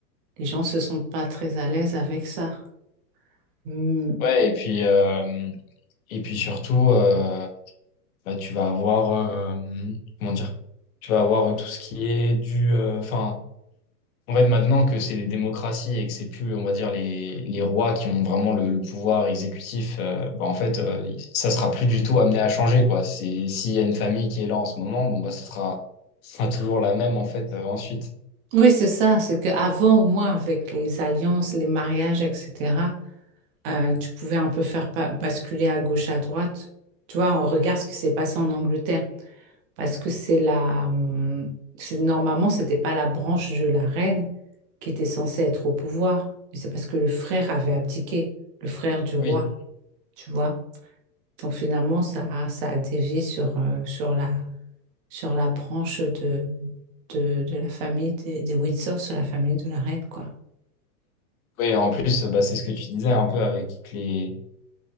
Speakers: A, on the right; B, on the left.
A: les gens se sentent pas très à l'aise avec ça. Hmm.
B: Ouais, et puis, euh, et puis surtout, euh, bah, tu vas avoir, euh, comment dire, tu vas avoir tout ce qui est du, euh, enfin, en fait, maintenant que c'est des démocraties et que c'est plus, on va dire, les, les rois qui ont vraiment le, le pouvoir exécutif, euh, bah, en fait, euh, ça sera plus du tout amené à changer, quoi. C'est, s'il y a une famille qui est là en ce moment, bon, bah, ça sera, ça sera toujours la même, en fait, euh, ensuite.
A: Oui, c'est ça, c'est qu'avant, au moins, avec les alliances, les mariages, etc., euh, tu pouvais un peu faire pa- basculer à gauche, à droite. Tu vois, on regarde ce qui s'est passé en Angleterre. Parce que c'est la... hum, c'est- Normalement, c'était pas la branche de la reine qui était censée être au pouvoir. Mais c'est parce que le frère avait abdiqué, le frère du roi,
B: Oui,
A: tu vois. Donc finalement, ça a, ça a dévié sur, euh, sur la, sur la branche de, de, de la famille des, des Windsor, sur la famille de la reine, quoi.
B: Oui, en plus, bah, c'est ce que tu disais un peu avec toutes les.